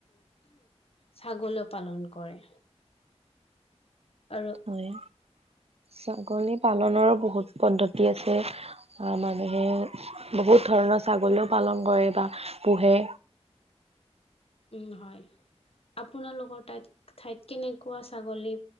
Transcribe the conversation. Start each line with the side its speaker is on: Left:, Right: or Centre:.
Left: ছাগলী পালন কৰে। আৰু
Right: হয় ছাগলী
Left: হয়
Right: পালনৰো। বহুত পদ্ধতি আছে মানুহে বহুত ধৰণৰ ছাগলীও পালন কৰে বা পোহে
Left: উম হয়। আপোনালোকৰ ঠাইত ঠাইত কেনেকুৱা ছাগলী